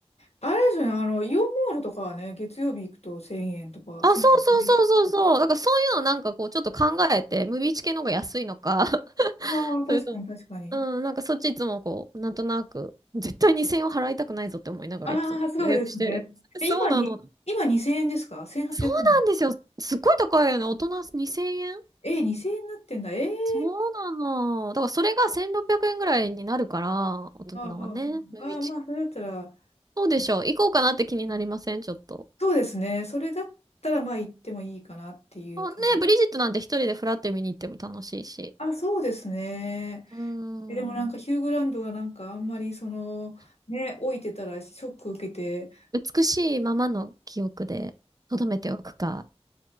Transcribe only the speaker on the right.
あ、
そうそうそうそうそう。だからそういうのなんかこうちょっと考えて、ムービーチ系の方が安いのか
それとも、うん、なんかそっちいつもこう、なんとなく、絶対2000円を払いたくないぞって思いながらいつも予約してるんです。
そうなの。
そうなんですよ。
すっごい高いよね。大人2000円
そうなの。だからそれが1600円ぐらいになるから、大人はね。
ムービーチケット。
そうでしょう。行こうかなって気になりませんちょっと。
そうね、ブリジットなんて一人でフラッて見に行っても楽しいし。
うーん。
美しいままの記憶で留めておくか。